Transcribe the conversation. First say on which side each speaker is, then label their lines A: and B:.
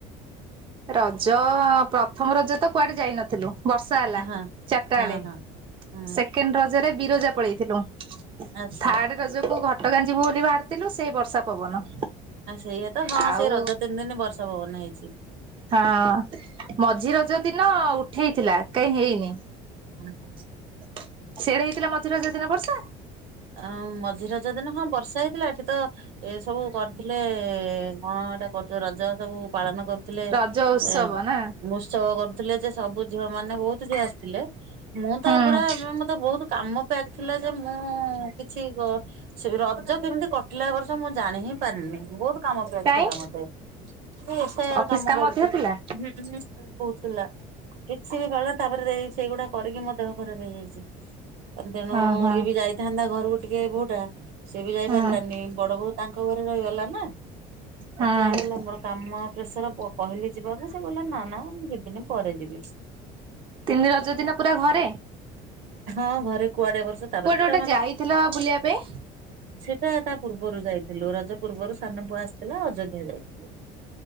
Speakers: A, on the right (about 30°); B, on the right (about 75°).
A: ରଜ ପ୍ରଥମ ରଜ ତ କୁଆଡେ ଯାଇନଥିଲୁ। ବର୍ଷା ହେଲା
B: ହଁ
A: ଚାରାଟା
B: ହଁ
A: ବେଳେ
B: ହଁ ହୁଁ
A: ସେ କେଣ୍ଡ ରଜରେ ବିରଜା ପଳେଇଥିଲୁ
B: ଆଚ୍ଛା।
A: ଥାର୍ଡ଼ ରଜକୁୁ ଘଟଗାଁ ଯିବୁ ବୋଲି ବାହାରିଥିଲୁ ସେଇ ବର୍ଷା ପବନ।
B: ଆଉ ସେଇଆ ତ ହଁ
A: ଆଉ
B: ସେଇ ରଜ ତିନି ଦିନ ବର୍ଷା ପବନ ହେଇଚି।
A: ହଁ ମଝି ରଜ ଦିନ ଉଠେଇଥିଲା କାଇଁ ହେଇନି।
B: ହଁ ହଁ
A: ସିଆଡେ ହେଇଥିଲା ମଝି ରଜ ଦିନ ବର୍ଷା।
B: ଅ ମଝିରଜ ଦିନ ହଁ ବର୍ଷା ହେଇଥିଲା ଏଠି ତ ଏ ସବୁ କରିଥିଲେ କଣ ଏଇଟା କରୁଚ ରଜ ସବୁ ପାଳନ କରୁ ଥିଲେ
A: ରଜ ଉତ୍ସବ
B: ଏଁ
A: ନା
B: ଉତ୍ସବ କରୁଥିଲେ ଯେ ସବୁ ଝିଅ ମାନେ ବହୁତ ଝିଅ ଆସିଥିଲେ ମୁଁ ତା
A: ହୁଁ
B: ପୁରା ମଁ ତ ବହୁତ କାମ ପ୍ୟାକ୍ ଥିଲା ଯେ ମୁଁ କିଛି କ ସେ ରଜ କେମିତି କଟିଲା ଏ ବର୍ଷ ମୁଁ ଜାଣି ହିଁ ପାରିନି ବହୁତ କାମ ପ୍ୟାକ୍
A: କାଇଁ
B: ଥିଲା ମତେ। ସେ ଏସ୍ ଆଇଆର
A: ଅଫିସ
B: କାମ କରୁଥିଲି
A: ଅଧିକ ଥିଲା?
B: ବହୁତ ଥିଲା। କିଛି ବି ପାଳ ତାପରେ ଏଇ ସେଇଗୁଡା କରିକି ମୋ ଦେହ ଖରାପ ହେଇଯାଇଚି ତେଣୁ
A: ହଁ ହଁ
B: ଇଏ ବି ଯାଇ ଥାନ୍ତା ଘରକୁ ଟିକେ ବୋହୁ ଟା ସିଏ ବି ଯାଇପାରିଲାନି
A: ହଁ
B: ବଡ ବୋହୁ ତାଙ୍କ ଘରେ ରହିଗଲା ନା।
A: ହଁ
B: ଏକା ହେଇଗଲା ଆମର। କାମ ପ୍ରେସର ପ କହିଲି ଯିବା କୁ ସେ କହିଲା ନା ନା ମୁଁ ଯିବିନି ପରେ ଯିବି।
A: ତିନି ରଜ ଦିନ ପୁରା ଘରେ?
B: ହଁ ଘରେ କୁଆଡେ ବର୍ଷ ତାପରେ
A: କୁଆଡେ ଗୋଟେ
B: ଛୁଆ
A: ଯାଇଥିଲା ବା ବୁଲିବା ପାଇଁ?
B: ସେଟା ତା ପୂର୍ବରୁ ଯାଇଥିଲୁ ରଜ ପୂର୍ବରୁ ସାନ ପୁଅ ଆସିଥିଲା ଅଯୋଧ୍ୟା ଯାଇଥିଲୁ।